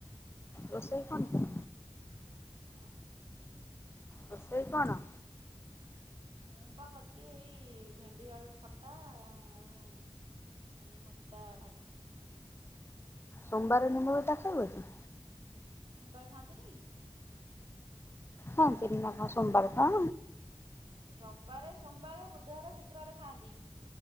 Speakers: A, on the left; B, on the right.
A: ରୋଷେଇ କଣ ଟା?
B: ଆଁ
A: ରୋଷେଇ କଣ?
B: ମୁଁ ପା କରିଚି ଏଇ ଭେଣ୍ଡି ଆଳୁ ଖଟା ଆଉ ଅଁ -ନିମ ପିତା ଭାଜିଚି।
A: ସୋମବାର ନମବେଟା ଖାଇବ କି?
B: ସବର ଖାନ୍ତି ନି କି?
A: ହଁ ସୋରନା କ ସୋମବାର କା
B: ରବିବାରେ ସୋମବାର ବୁଧବାର ଶୁକ୍ରବାର ଖାଆନ୍ତି।